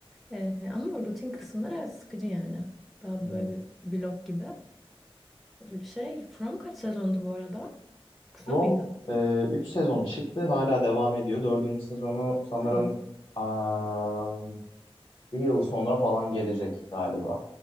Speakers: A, in the centre; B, on the left.
A: E, ama rutin kısımlar evet sıkıcı yani. Daha
B: Hmm.
A: böyle bir vlog gibi. Şey From kaç sezondu bu arada? Kısa
B: From
A: mıydı?
B: 3 sezon çıktı hala devam ediyor. dördüncü sezonu sanırım
A: Ha.
B: aa, bir yıl sonra falan gelecek galiba.